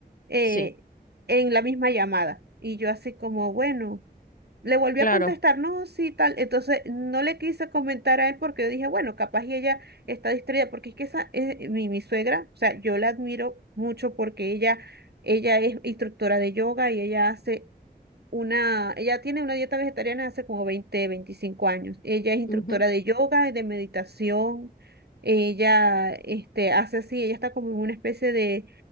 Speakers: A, on the right; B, on the left.
A: eh,
B: sí,
A: en la misma llamada. Y yo así como, bueno. Le volví
B: claro.
A: a contestar, no, sí, tal. Entonces no le quise comentar a él porque yo dije, bueno, capaz y ella está distraída, porque es que esa es mi, mi suegra, o sea, yo la admiro mucho porque ella, ella es instructora de yoga y ella hace una, ella tiene una dieta vegetariana hace como 20, 25 años. Ella es instructora
B: ujú,
A: de yoga y de meditación. Ella, este, hace así, ella está como en una especie de